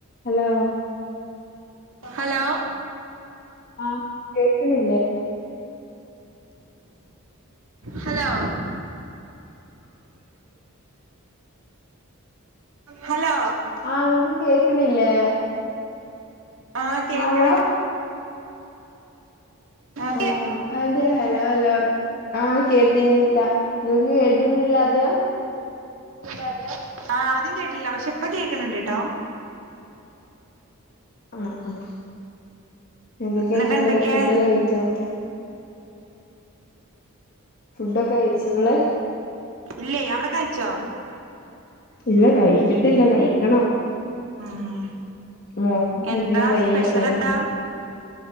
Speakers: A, on the left; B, on the right.
A: Hello
B: hello
A: ആഹ് കേക്ക്ണില്ലേ?
B: Hello hello
A: ആഹ് ഇങ്ങക്ക് കേക്ക്ണില്ലേ?
B: ആഹ് കേക്കണണ്ട്.
A: ഹലോ
B: ണ്ട്
A: ആഹ് അതെ ഹലോ ഹലോ ആഹ് കേട്ടിരുന്നില്ല ഇങ്ങക്ക് കേട്ടിരുന്നില്ല ആദ്യോം?
B: ലാദ്യോം. ആ ആദ്യം കേട്ടില്ല പക്ഷെ ഇപ്പ കേൾക്കണണ്ട്ട്ടോ.
A: ആഹ് ആ എന്തൊക്കെയാന്നിട്ട്
B: എന്നിട്ട് എന്തൊക്കെ
A: ഫുഡൊക്കെ കഴിച്ചോ? ഫുഡൊക്കെ കഴിച്ചോ ങ്ങള്?
B: ഇല്ല അവിടെ കയിച്ചോ?
A: ഇല്ല കയിച്ചിട്ടില്ല കയിക്കണം.
B: ഉം
A: ഉം മോക്ക് തീരേ
B: എന്താ
A: വയ്യ
B: സ്പെഷ്യൽ
A: പനി.
B: എന്താ